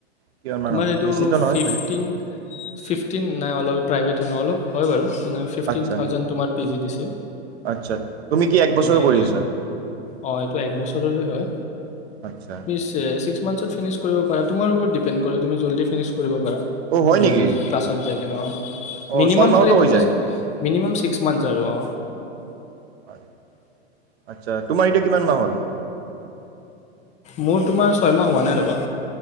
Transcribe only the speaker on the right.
কিমানমান
হ'ব
বেছিতো নহয়
চাগে
আচ্ছা
আচ্ছা তুমি কি এক বছৰ
কৰি আছা
আচ্ছা
অ হয় নেকি
অ
ছয় মাহতো
হৈ
যায়
আতচা তোমাৰ এতিয়া কিমান মাহ হল?